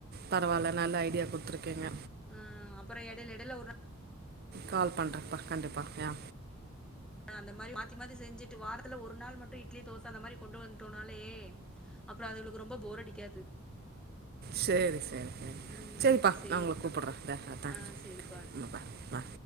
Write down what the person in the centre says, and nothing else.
ஆ அப்புறோ எடையில எடையில ஒரு நா
அந்த மாறி மாத்தி மாத்தி செஞ்சுட்டு வாரத்துல ஒரு நாள் மட்டு இட்லி தோச அந்த மாறி கொண்டு வந்துட்டோனாலே அப்புறோ அதுகளுக்கு ரொம்போ போர் அடிக்காது
ம்
சரிக்கா.
ஆ சரி பாருங்க.